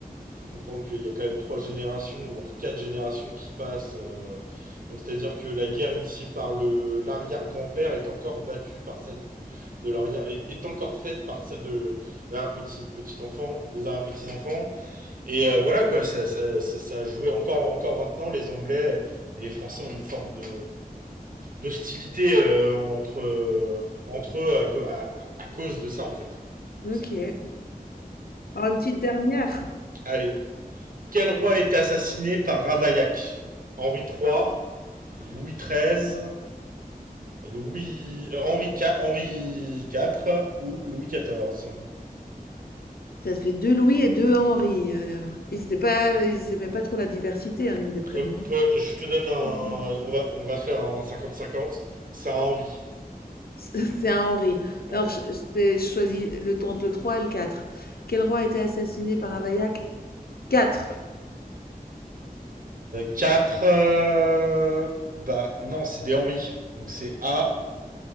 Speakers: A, on the right; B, on the left.
A: faut comprendre qu'il y a quand même trois générations, voire quatre générations qui passent. euh, donc c'est-à-dire que la guerre initiée par le l'arrière-grand-père est encore battue par celle du de l'arrière est, est encore faite par celle de l'arrière petit petit enfant, des arrière petits enfants. Et euh, voilà quoi, ça ça, ça ça a joué encore encore maintenant les Anglais et les Français ont une forme de d'hostilité euh, entre euh, entre eux à, co- à- à cause de ça en fait,
B: Ok.
A: tout simplement.
B: Alors, une petite dernière.
A: Allez, Quel roi a été assassiné par Ravaillac Henri III, Louis XIII, Louis, euh, Henri, Qua- IV ou Louis XIV
B: Ça fait 2 Louis et 2 Henri, heu, ils étaient pas ils aimaient pas trop la diversité, hein, au niveau des prénoms,
A: euh,
B: hein.
A: Je te donne un.
B: <laughs>
A: On va, on va faire un cinquante cinquante. C'est un Henri.
B: C'est un Henri.
A: Ouais.
B: Alors je c'était je choisis le t entre le 3 et le quatre. Quel roi a été assassiné par Ravaillac? 4.
A: 4. Bah non, c'est des Henri. Donc c'est A,